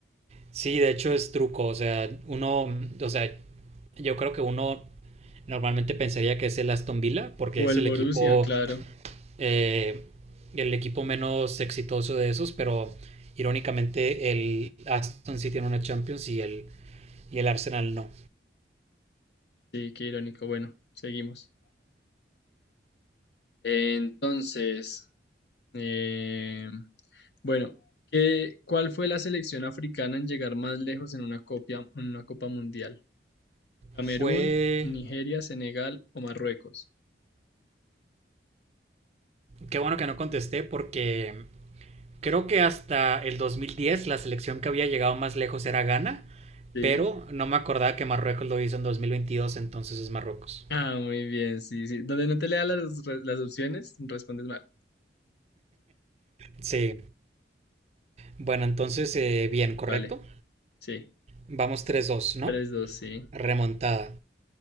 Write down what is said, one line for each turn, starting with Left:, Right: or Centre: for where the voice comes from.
Right: Sí, de hecho es truco, o sea, uno, o sea, yo creo que uno normalmente pensaría que es el Aston Villa, porque
Left: O
Right: es
Left: el
Right: el
Left: Borussia,
Right: equipo,
Left: claro.
Right: eh, el equipo menos exitoso de esos, pero irónicamente el Aston sí tiene una Champions y el, y el Arsenal no.
Left: Sí, qué irónico. Bueno, seguimos. Entonces, eh, bueno, ¿qué, cuál fue la selección africana en llegar más lejos en una copia- en una Copa Mundial? ¿Camerún,
Right: Fue...
Left: Nigeria, Senegal o Marruecos?
Right: Qué bueno que no contesté porque creo que hasta el 2010 la selección que había llegado más lejos era Ghana
Left: Sí.
Right: Pero no me acordaba que Marruecos lo hizo en 2022, entonces es Marruecos.
Left: Ah, muy bien, sí, sí. Donde no te lea las, re- las opciones, respondes mal.
Right: Sí, bueno, entonces eh, bien, correcto.
Left: Vale, sí.
Right: Vamos tres dos, ¿no?
Left: Tres, dos, sí.
Right: Remontada.